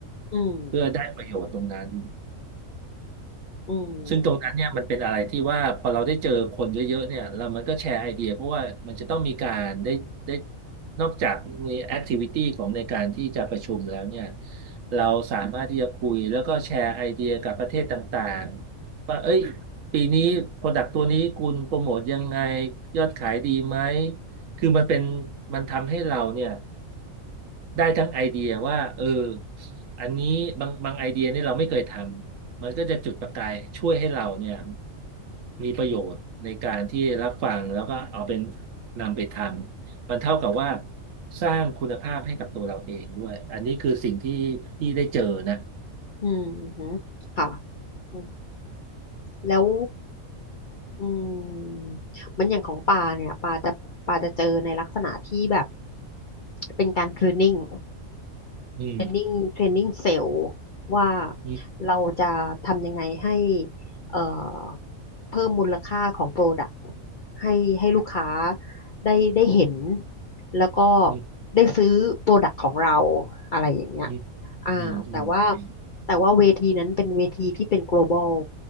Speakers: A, on the left; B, on the right.
A: อืม
B: เพื่อได้ประโยชน์ตรงนั้น
A: อืม
B: ซึ่งตรงนั้นเนี่ยมันเป็นอะไรที่ว่าพอเราได้เจอคนเยอะๆเนี่ยแล้วมันก็แชร์ไอเดียเพราะว่ามันจะต้องมีการได้ได้นอกจากมีแอคทิวิตี้ของในการที่จะประชุมแล้วเนี่ยเราสามารถที่จะคุยแล้วก็แชร์ไอเดียกับประเทศต่างๆว่าเอ้ยปีนี้โปรดักต์ตัวนี้คุณโปรโมทยังไงยอดขายดีไหมคือมันเป็นมันทำให้เราเนี่ย ได้ทั้งไอเดียว่าเอออันนี้บางบางไอเดียเนี่ยเราไม่เคยทำมันก็จะจุดประกายช่วยให้เราเนี่ยมีประโยชน์ในการที่รับฟังแล้วก็เอาเป็นนำไปทำมันเท่ากับว่าสร้างคุณภาพให้กับตัวเราเองด้วยอันนี้คือสิ่งที่ที่ได้เจอนะ
A: อืมอือหือค่ะอืมแล้วอืมมันอย่างของปลาเนี่ยปลาจะปลาจะเจอในลักษณะที่แบบเป็นการ t ร a น i n g
B: อืม
A: เทรนนิ่งเทรนนิ่งเซลล์ว่า
B: อืม
A: เราจะทำยังไงให้เอ่อเพิ่มมูลค่าของโปรดักต์ให้ให้ลูกค้าได้ได้เห็นแล้วก็
B: อืม
A: ได้ซื้อโปรดักต์ของเราอะไรอย่างเงี้ย
B: อืม
A: อ่าแต่ว่า
B: อืมอืม
A: แต่ว่าเวทีนั้นเป็นเวทีที่เป็น global